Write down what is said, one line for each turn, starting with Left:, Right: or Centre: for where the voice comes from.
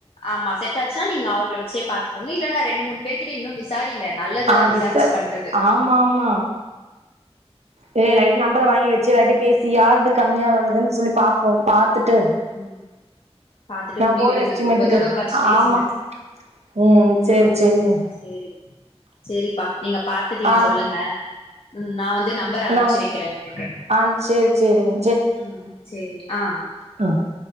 Left: ஆமா செட் ஆச்சுனா நீங்க அவுங்கள வெச்சே பாத்துக்கோங்க இல்ல நா ரெண்டு மூணு பேர்கிட்ட இன்னு விசாரிங்க நல்லதுதா
Right: ஆ
Left: விசா
Right: விசாரி
Left: ரிச்சு பண்றது
Right: ஆமா ஆமா இல்ல எல்லார்கிட்யு நம்பர வாங்கி வெச்சு எல்லார்ட்யு பேசி‌ யாரு து கம்மியா வருதுன் சொல்லி பாப்போ பாத்துட்டு
Left: ம் பாத்துட்டு
Right: நா
Left: முடிவெடுங்க
Right: போற எஸ்டிமேட்டுக்கு
Left: குடும்பத்தோட உக்காஞ்சி பேசுங்க
Right: ஆமா ம் சேரி சேரிங்க
Left: சேரி சேரிப்பா நீங்க பாத்து நீங்க
Right: ஆ
Left: சொல்லுங்க ம் நா வந்து நம்பர் அன்ப்ச்சு
Right: நா
Left: வெக்கிற உங்களுக்கு
Right: ஆ சேரி சேரிங்க
Left: ம் செரிங்க அ
Right: அ